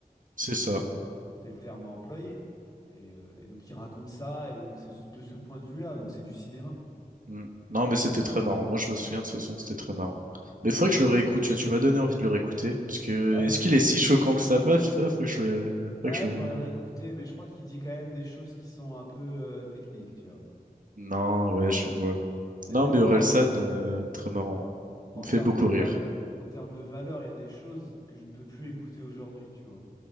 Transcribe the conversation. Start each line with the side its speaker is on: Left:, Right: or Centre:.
Right: C'est
Left: C'est
Right: ça.
Left: c'est le terme à employer. Et, euh, et donc il raconte ça, et donc c'est de ce point de vue-là, donc c'est du cinéma.
Right: Mm. Non, mais c'était très marrant. Moi, je me souviens de ce son, c'était très marrant. Mais faudrait que je le réécoute, tu vois, tu m'as donné envie de le réécouter. Parce que,
Left: Bah
Right: est-ce qu'il est si choquant que ça? Bref, faudrait faudrait que je le...
Left: <laughs>
Right: faudrait
Left: ouais,
Right: que je le...
Left: faudrait le réécouter, mais je crois qu'il dit quand même des choses qui sont un peu euh, techniques, tu vois.
Right: Non, ouais, je vois. Non,
Left: Mais même
Right: mais
Left: moi,
Right: Orelsan, euh, très marrant.
Left: en,
Right: Il me
Left: en
Right: fait
Left: termes
Right: beaucoup
Left: de val,
Right: rire.
Left: en termes de valeur, il y a des choses que je ne peux plus écouter aujourd'hui, tu vois.